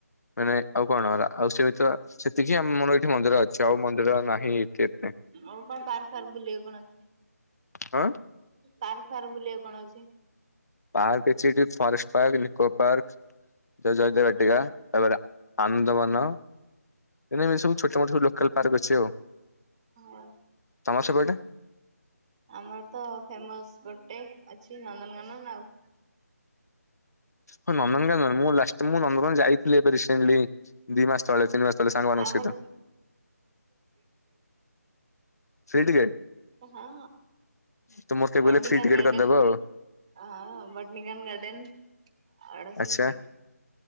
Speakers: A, on the left; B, on the right.
A: ମାନେ ଆଉ କଣ ହେଲା ଆଉ ସେମିତି ସେତିକି ଆମର ଏଇଠି ମନ୍ଦିର ଅଛି ଆଉ ମନ୍ଦିର ନାହିଁ ଏ
B: ଆଉ କଣ ପାର୍ ଫାର୍ ବୁଲିଵା କଣ ଅଛି?
A: ହଁ।
B: ପାର ଫାର ବୁଲିବା କଣ ଅଛି?
A: ପାହା କେ ଚ ଫରେଷ୍ଟ ପାର୍କ ନିକୋ ପାର୍କ ଜୟଦେ ବାଟିକା ତାପରେ ଆନନ୍ଦବନ ଏ ଏମିତି ସବୁ ଛୋଟ ମୋଟ ସବୁ ଲୋକାଲ ପାର୍କ ଅଛି ଆଉ
B: ହଁ
A: ତମ ସେପଟେ
B: ଆମର ତ ଫେମସ ଗୋଟେ ଅଛି ନନ୍ଦନକାନ୍ଦନ ଆଉ।
A: ହଁ ନନ୍ଦନକନ୍ଦନ ନ ମୁଁ କଷ୍ଟ ମୁଁ ନନ୍ଦକାନ ଯାଇଥିଲି ଏବେ ରିସେଣ୍ଟଲି ଦି ମାସ ତଳେ ତିନି ମାସ ତଳେ ସାଙ୍ଗମାନାନଙ୍କ
B: ଆମର
A: ସହିତ ଫ୍ରି ଟିକେଟ
B: ହ ହଁ
A: ତ ମୋର କେବେ
B: ଭଟନିକାନ
A: ଗଲେ ଫ୍ରି ଟିକେଟ
B: ଗାର୍ଡନ
A: କରିଦବ ଆଉ
B: ହ ଭଟନିକାନ ଗାର୍ଡନ ଆଡ଼ସରେ
A: ଆଚ୍ଛା